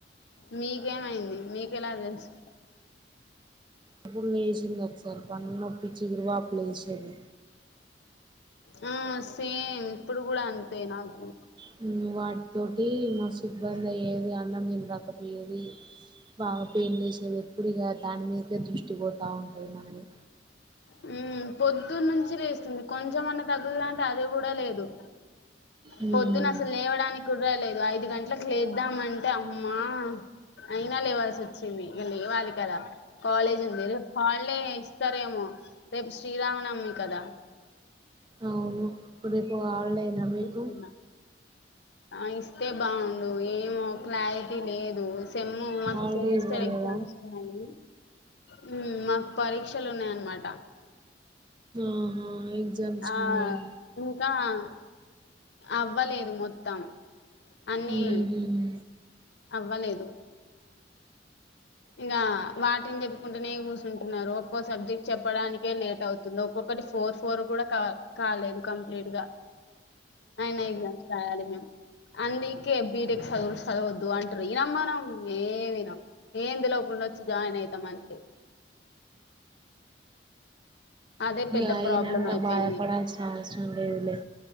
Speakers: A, on the left; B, on the right.
A: మీకేమైంది మీకెలా తెలుసు
B: అప్పుడు లేసింది ఒకసారి పన్నొప్పి చిగురు వాపులు లేసేది
A: హు సేమ్ ఇప్పుడు కూడా అంతే నాకు
B: హు వాటితోటి మస్తు ఇబ్బంది అయ్యేది అన్నం తినరాక పొ ఏది వావ్ పెన్ లెసేది ఎప్పుడుఇగా దాని మీదేదృష్టి పోతా ఉంటది మనది
A: హు పొద్దున్న నుంచి లేస్తుంది కొంచమన్నా తగ్గుతంటే అదే కూడా లేదు
B: ఉమ్
A: పొద్దున అసలు లేవడానికి కుడలేదు ఐదు గంటలకు లేద్దాంంటే అమ్మా అయినా లేవాల్సి వచ్చింది లేవాలి కదా కాలేజీ ఉంది హాలిడే ఇస్తారేమో రేపు శ్రీరామ నవమి కాదా
B: అవును రేపు హాలిడే నా మీకు
A: సున్నా ఆ ఇస్తే బాగుండు ఏమో క్లారిటీ లేదు సిమ్ము మాకు
B: హాలిడే
A: సెమిస్టర్
B: ఇవ్వలేదా
A: ఎగ్జామ్స్ ఉన్నాయి హు మాకు పరీక్షలు ఉన్నాయన్నమాట
B: ఆహా ఎగ్జామ్స్
A: ఆహా
B: ఉన్నాయా
A: ఇంకా హ అవ్వలేదు మొత్తం అన్ని
B: హు మ్మ్
A: అవ్వలేదు ఇంగ వాటిని చెప్పుకుంటేనే కూర్చుంటున్నారు ఒక్కో సబ్జెక్ట్ చెప్పడానికే లేట్ అవుతుంది ఒక్కొక్క ఒకటి ఫోర్ ఫోర్ కూడా కా కాలేదు కంప్లీట్ గా అయినా ఎగ్జామ్స్ రాయాలి మేము అందికే బీటెక్ చదువులు చదవద్దు అంటారు ఇనమ్ మనం ఏమి ఈనం ఎందులోపుండ వచ్చి జాయిన్ అవుతాం అంతే అదే పెద్ద
B: ఇగ‌ అయినంక
A: ప్రాబ్లం అయిపోయింది
B: బాధపడాల్సిన అవసరం లేదులే